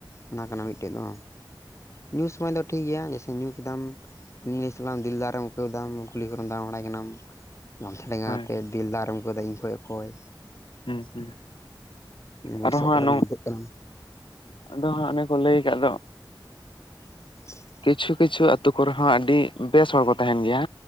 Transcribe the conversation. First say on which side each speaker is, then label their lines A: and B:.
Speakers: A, on the left; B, on the left.
A: ᱚᱱᱟ ᱠᱟᱱᱟ ᱢᱤᱫᱴᱮᱡ ᱫᱚ ᱧᱩ ᱥᱚᱢᱚᱭ ᱫᱚ ᱴᱷᱤᱠ ᱜᱮᱭᱟ᱾ ᱧᱩ ᱠᱮᱫᱟᱢ ᱱᱤᱭᱟᱹ ᱥᱟᱞᱟᱹᱭ ᱫᱤᱞ ᱫᱟᱨᱮᱢ ᱟᱹᱣᱠᱟᱹᱣ ᱫᱟ ᱠᱩᱞᱦᱤ ᱠᱚᱨᱮᱢ ᱫᱟᱬᱟ ᱵᱟᱲᱟᱭ ᱠᱟᱱᱟᱢ ᱜᱟᱢᱪᱷᱟ ᱰᱮᱸᱜᱟ
B: ᱦᱳᱭ
A: ᱠᱛᱮᱜ ᱫᱤᱞ ᱫᱟᱨ ᱮᱢ ᱟᱹᱣᱠᱟᱹᱣ ᱫᱟ ᱤᱧ ᱠᱷᱚᱱ ᱚᱠᱚᱭ
B: ᱦᱮᱸ ᱦᱩᱸ
A: ᱞᱚᱥᱚᱫ
B: ᱟᱨᱚ ᱦᱟᱸᱜ
A: ᱠᱚᱨᱮᱢ
B: ᱱᱚᱝ
A: ᱜᱩᱲᱫᱷᱟᱹᱜ ᱠᱟᱱ
B: ᱟᱫᱚ ᱦᱟᱸᱜ ᱚᱱᱮ ᱠᱚ ᱞᱟᱹᱭ ᱠᱟᱜ ᱫᱚ
A: <inaudible>
B: ᱠᱤᱪᱷᱩ ᱠᱤᱪᱷᱩ ᱟᱹᱛᱩ ᱠᱚᱨᱮ ᱦᱚᱸ ᱟᱹᱰᱤ ᱵᱮᱥ ᱦᱚᱲ ᱠᱚ ᱛᱟᱦᱮᱱ ᱜᱮᱭᱟ